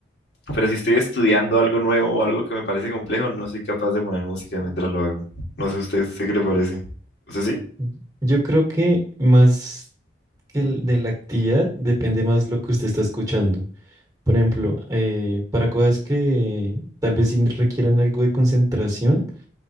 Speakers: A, on the left (about 70°); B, on the right (about 20°).
A: pero si estoy estudiando algo nuevo o algo que me parece complejo, no soy capaz de poner música mientras lo hago. No sé usted, ¿usted qué le parece? ¿Usted sí?
B: Y- Yo creo que más que el de la actividad depende más lo que usted está escuchando. Por ejemplo, eh, para cosas que tal vez sí requieran algo de concentración,